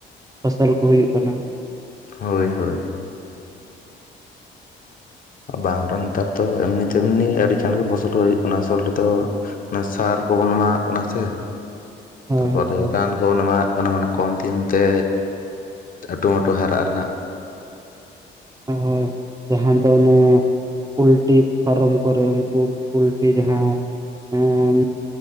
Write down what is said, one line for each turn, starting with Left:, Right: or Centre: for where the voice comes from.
Right: ᱯᱷᱚᱥᱚᱞ ᱠᱚ ᱦᱩᱭᱩᱜ ᱠᱟᱱᱟ᱾
Left: ᱦᱳᱭ, ᱦᱳᱭ ᱾ ᱵᱟᱝ ᱨᱮ ᱱᱮᱛᱟᱨ ᱫᱚ ᱮᱢᱱᱤ ᱛᱮᱢᱱᱤ ᱟᱹᱰᱤ ᱪᱟᱸᱬ ᱜᱤ ᱯᱷᱚᱥᱚᱞ ᱠᱚ ᱦᱩᱭᱩᱜ ᱠᱟᱱᱟ ᱟᱥᱚᱞ ᱨᱮᱫᱚ ᱚᱱᱮ ᱥᱟᱨ ᱠᱚ ᱵᱚᱱ ᱮᱢᱟᱜ ᱠᱟᱱᱟ ᱥᱮ,
Right: ᱦᱳᱭ
Left: ᱛᱟᱯᱚᱨᱮ
Right: ᱦᱳᱭ
Left: ᱨᱟᱱ ᱠᱚ ᱵᱚᱱ ᱮᱢᱟᱣᱟᱜ ᱠᱟᱱᱟ ᱢᱟᱱᱮ ᱠᱚᱢ ᱫᱤᱱ ᱛᱮ ᱟ. ᱴᱩᱢᱟᱹᱴᱩ ᱦᱟᱨᱟᱜ ᱨᱮᱱᱟᱜ ᱾
Right: ᱦᱳᱭ, ᱡᱟᱦᱟᱸ ᱫᱚ ᱚᱱᱮ ᱯᱩᱞᱴᱤ ᱯᱷᱟᱨᱚᱢ ᱠᱚᱨᱮ ᱩᱱᱠᱩ ᱯᱩᱞᱴᱤ ᱡᱟᱦᱟᱸ ᱮᱸᱻ